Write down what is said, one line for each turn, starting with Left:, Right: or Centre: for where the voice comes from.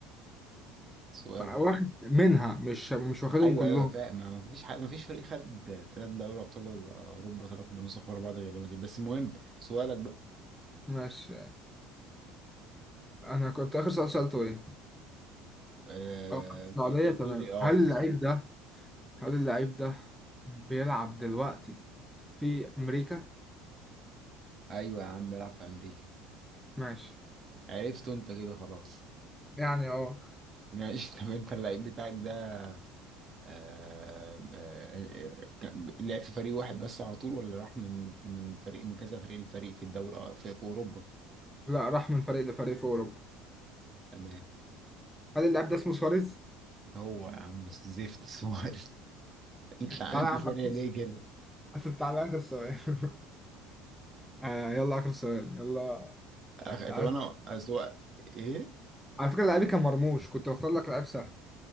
Right: سؤالك
Centre: بقى واخد منها مش مش واخدهم
Right: ايوه
Centre: كلهم
Right: ايوه فاهم ما ما فيش حد ما فيش فريق خد ثلاث دوري ابطال آه، اوروبا ثلاث نسخ ورا بعض غير دي بس المهم سؤالك بقى
Centre: ماشي أنا كنت آخر سؤال سألته إيه؟
Right: آه،
Centre: آه السعودية
Right: انت قلت
Centre: تمام
Right: لي اه
Centre: هل
Right: في
Centre: اللعيب
Right: الصالة
Centre: ده هل اللعيب ده بيلعب دلوقتي في أمريكا؟
Right: ايوه يا عم بيلعب في امريكا
Centre: ماشي
Right: عرفته انت كده خلاص
Centre: يعني اه
Right: ماشي <laughs> طب انت اللعيب بتاعك ده آه، آه، كان- لعب في فريق واحد بس على طول ولا راح من من فريق من كذا فريق لفريق في الدوري آه، في, في اوروبا
Centre: لا راح من فريق لفريق في اوروبا
Right: تمام
Centre: هل اللاعب ده اسمه سواريز
Right: هو يا عم بس زفت سؤال <laughs> انت انت
Centre: تعالى يا عم
Right: سريع
Centre: بص
Right: ليه كده
Centre: <laughs> تعالى اخر سؤال <laughs> آه يلا اخر سؤال يلا
Right: أخ...
Centre: عايز-
Right: طب انا اسوق ايه
Centre: على فكره لعيبي كان مرموش كنت بختار لك لعيب سهل